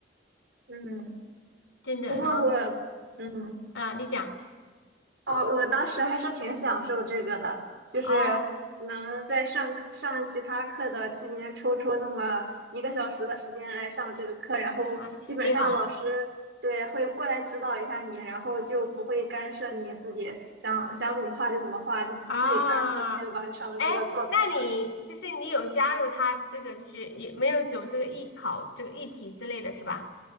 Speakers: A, on the right (about 65°); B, on the left (about 85°).
A: 嗯，
B: 真的，
A: 不过我
B: 然后。
A: 嗯。
B: 啊，你讲
A: 我我当时还是挺享受这个的，就是能在上课上其他课的期间抽出那么一个小时的时间来上这个课，
B: 哦
A: 然后基本上老师对会过来指导一下你，
B: 啊，其实挺好
A: 然后就不会干涉你自己想想怎么画就怎么画，就自己专注的去完成这个作品了。
B: 啊。哎，那你就是你有加入他这个，就是也没有走这个艺考这个艺体之类的是吧？